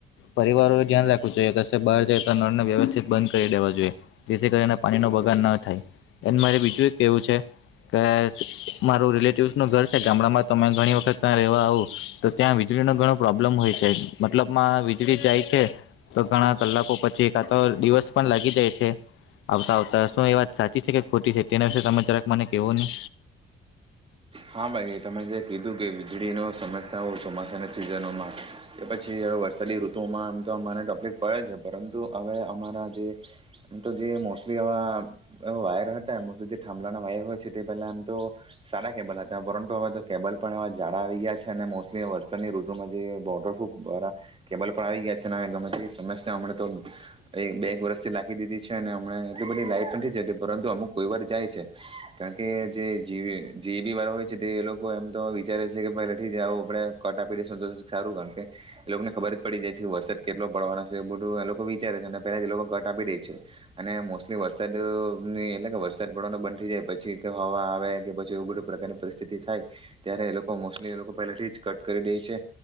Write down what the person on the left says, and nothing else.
પરિવારો ધ્યાન રાખવું જોઈએ કે કશે બહાર જાય તો નળને વ્યવસ્થિત બંધ કરી દેવા જોઈએ જેથી કરીને પાણીનો બગાડ ન થાય એને મારે બીજું એક કેવું છે કે મારું રિલેટિવસ નું ઘર છે ગામડામાં તોમે ઘણી વખત ત્યાં રહેવા આવ તો ત્યાં વીજળીનોો ઘણો પ્રોબ્લમ હોય છે મતલબ માં વીજળી જાય છે તો ઘણા કલાકો પછી એક આ તો દિવસ પણ લાગી જાય છે આવતા આવતા શું એ વાત સાચી છે કે ખોટી છે, તેના વિશે ત જરાક મને કેવો ની